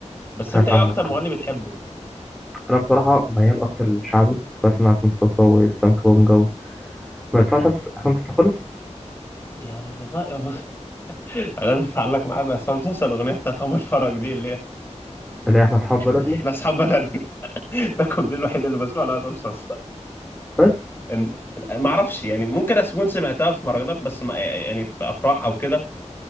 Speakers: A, on the left; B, in the centre.
A: بس
B: انا
A: انت
B: فاهمك
A: ايه اكتر مغني بتحبه
B: انا بصراحة ميال اكتر للشعبي بسمع عصام صاصا واسلام كابونجا و... ما بدفعش عصام صاصا خالص
A: يعني والله هو- <laughs> انا متعلق معاه بعصام صاصا الاغنيه بتاعت عمر فرج دي اللي هي
B: اللي احنا اصحاب بلدنا
A: احنا اصحاب بلدنا <laughs> ده الكوبليه الوحيد اللي بسمعه لعصام صاصا
B: بس
A: إن- ما اعرفش يعني ممكن اكون سمعتها في مهرجانات بس ما... يعني في افراح او كده